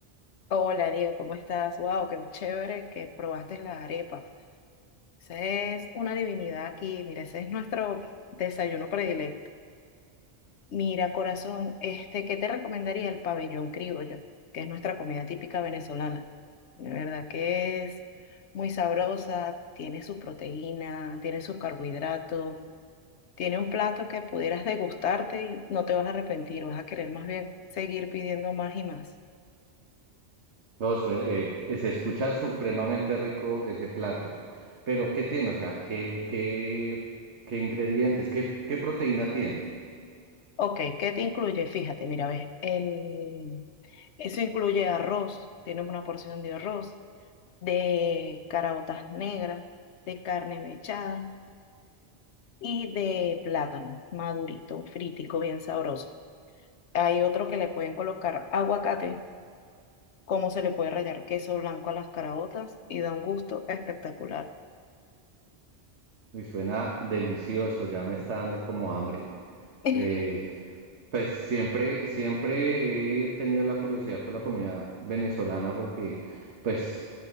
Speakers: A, on the left; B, on the right.
A: Hola Diego, ¿cómo estás? Wow, qué chévere que probaste las arepas. Esa es una divinidad aquí. Mira, ese es nuestro desayuno predilecto. Mira, corazón, este, ¿qué te recomendaría el pabellón criollo, que es nuestra comida típica venezolana? De verdad que es muy sabrosa, tiene su proteína, tiene sus carbohidratos, tiene un plato que pudieras degustarte y no te vas a arrepentir, vas a querer más bien seguir pidiendo más y más.
B: No, sue- eh, se escucha supremamente rico ese plato, pero ¿qué tiene? O sea, ¿qué, qué, qué ingredientes, qué, qué proteína tiene?
A: Ok, ¿qué te incluye? Fíjate, mira, ves, el... eso incluye arroz, tiene una porción de arroz, de caraotas negras, de carne mechada y de plátano madurito, fritico, bien sabroso. Hay otro que le pueden colocar aguacate, como se le puede rallar queso blanco a las caraotas y da un gusto espectacular.
B: Y suena delicioso, ya me está dando como hambre.
A: <laughs>
B: Eh, pues siempre, siempre he tenido la curiosidad por la comida venezolana porque pues